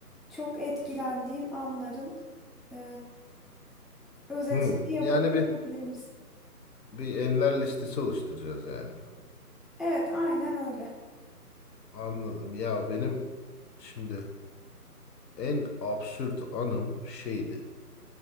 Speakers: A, in the centre; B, on the left.
A: çok etkilendiğin anların e, özetini
B: hmm.
A: yap-
B: Yani bir
A: yapabilir misin?
B: bir enler listesi oluşturacağız yani.
A: Evet, aynen öyle.
B: Anladım. Ya benim şimdi en absürt anım şeydi.